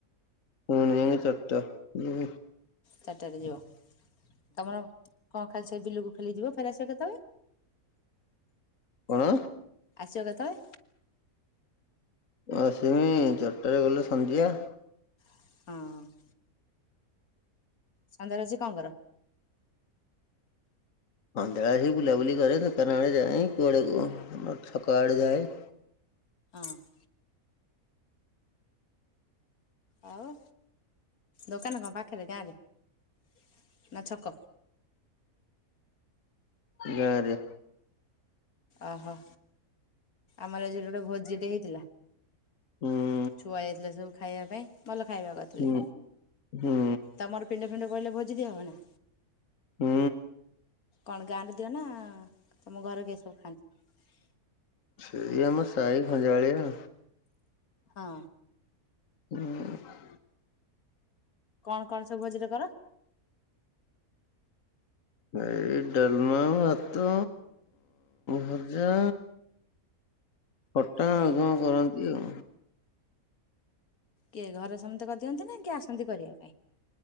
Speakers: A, on the left; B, on the left.
A: ପୁଣି ଚାରଟା, ହୁଁ ।
B: ଚାଟାରେ ଯିବ । ତମର କଣ ଖାଲି ସେ ବିଲକୁ ଖାଲି ଯିବ ଫେର ଆସିବ କେତବେ
A: କଣ?
B: ଆଶିବ କେଥଳେ
A: ଆସିବି, ଚାରିଟାରେ ଗଲେ ସନ୍ଧ୍ୟା
B: ହଁ । ସନ୍ଦ୍ୟାବାଛି କଣ କର?
A: ଅ <unintelligible> ବୁଲାବୁଲି କରେ, ଦୋକାନ ଆଡ଼େ ଯାଏ, କୁଆଡ଼େ ଯଉ ଛକ ଆଡ଼େ ଯାଏ ।
B: ହଁ । ଆଉ, ଦୋକାନ କଣ ପାଖରେ ଗାଁରେ? ନା, ଛକ?
A: ଗାଁରେ
B: ଓହୋ! ଆମର ଆଜି ଗୋଟେ ଭୋଜିଟେ ହେଇଥିଲା।
A: ହୁଁ ।
B: ଛୁଆ ଯାଇଥିଲା ସବୁ ଖାଇବା ପାଇଁ। ଭଲ ଖାଇବା କରିଥିଲେ।
A: ହୁଁ ହୁଁ
B: ତମର୍ ପିଣ୍ଡ ତୁଣ୍ଡ କଇଲେ ଭୋଜି ଦିଆ ହବ ନା?
A: ହୁଁ।
B: କଣ ଗାଁରେ ଦିଅ ନା ତମ ଘରେ କି ସବୁ ଖାଆନ୍ତି?
A: ଏଇଏମ ସାହି ଖଞଜାଳିଆ।
B: ହଁ।
A: <inaudible>
B: କଣ କଣ ସବୁ ଭୋଜିରେ କର?
A: ଏଇ ଡାଲମା, ଭାତ, ଭଜା ଖଟା
B: ହୁଁ
A: ଆଉ କଅଁ ରୁରନ୍ତି ଆଉ।
B: କିଏ ଘରେ ସମସ୍ତେ କରିଦିଅନ୍ତି ନା କିଏ ଆସନ୍ତି କରିବା ପାଇଁ?